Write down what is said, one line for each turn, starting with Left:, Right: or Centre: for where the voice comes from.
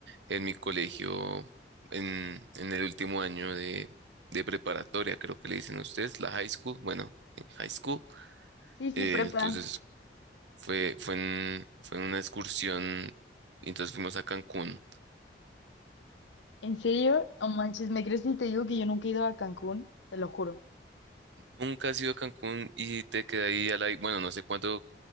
Right: en mi colegio, en, en el último año de, de preparatoria, creo que le dicen ustedes, la high school, bueno, en high school.
Left: Sí, sí,
Right: Eh,
Left: prepa.
Right: entonces fue, fue en, fue en una excursión, y entonces fuimos a Cancún.
Left: ¿En serio? No manches, ¿me crees si te digo que yo nunca he ido a Cancún? Te lo juro.
Right: Nunca has ido a Cancún y te queda ahí a la... Bueno, no sé cuánto